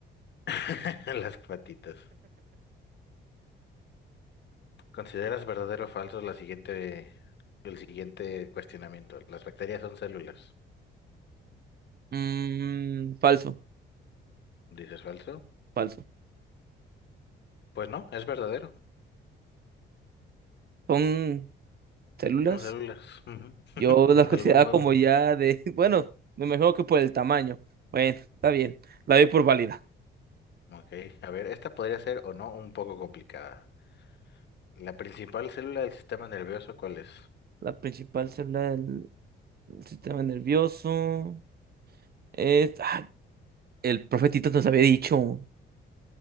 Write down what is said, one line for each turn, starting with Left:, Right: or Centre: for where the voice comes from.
Left: <laughs> Las patitas. ¿Consideras verdadero o falso la siguiente, el siguiente cuestionamiento? ¿Las bacterias son células?
Right: Mm, falso,
Left: ¿Dices falso?
Right: falso.
Left: Pues no, es verdadero.
Right: Son células.
Left: Unos células. ujú, <laughs>
Right: Yo las consideraba
Left: De algún modo.
Right: como ya de. <laughs> Bueno, me imagino que por el tamaño. Bueno, está bien. La doy por válida.
Left: Ok, a ver, esta podría ser o no un poco complicada. La principal célula del sistema nervioso, ¿cuál es?
Right: La principal célula del sistema nervioso. Eh, ah, el profetito nos había dicho